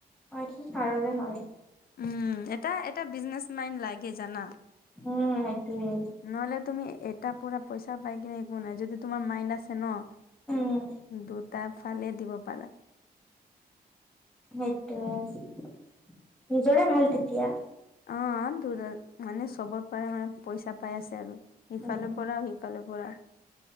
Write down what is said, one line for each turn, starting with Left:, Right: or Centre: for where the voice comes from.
Centre: <unintelligible> ছাৰৰে হয়।
Left: উম এটা, এটা বিজনেচ মাইন লাগে জানা।
Centre: উম সেইটোৱে
Left: নহ'লে তুমি এটা। পুৰা পইচা পাই কিনে একো নাই, যদি তোমাৰ মাইন আছে নহ,
Centre: উম
Left: দুটা। ফালে দিব পাৰা।
Centre: সেইটোৱে নিজৰে ভাল তেতিয়া।
Left: অ <unintelligible> মানে চবৰ পৰা পইচা পাই আছে আৰু। ইফালৰ
Centre: উম
Left: পৰাও সেইফালৰ পৰা।